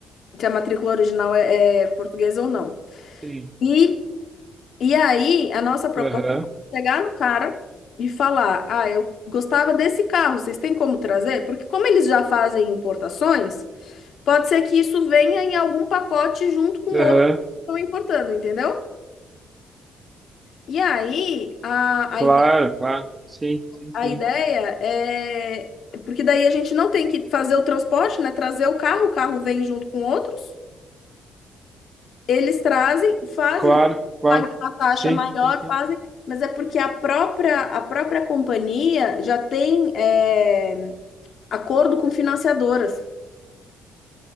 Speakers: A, on the left; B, on the right.
A: se a matrícula original é, é portuguesa ou não.
B: sim.
A: E, e aí, a nossa proposta
B: Aham,
A: é chegar no cara e falar: ah, eu gostava desse carro, vocês têm como trazer? Porque como eles já fazem importações. Pode ser que isso venha em algum pacote junto com
B: aham,
A: outros que estão importando, entendeu? E aí, a,
B: claro,
A: a, ide-
B: claro. Sim, sim,
A: a
B: sim.
A: ideia é. Porque daí a gente não tem que fazer o transporte, né? Trazer o carro, o carro vem junto com outros. Eles trazem, fazem,
B: Claro, claro.
A: pagam uma taxa
B: Sim,
A: maior,
B: sim, sim.
A: fazem. Mas é porque a própria, a própria companhia já tem é, acordo com financiadoras.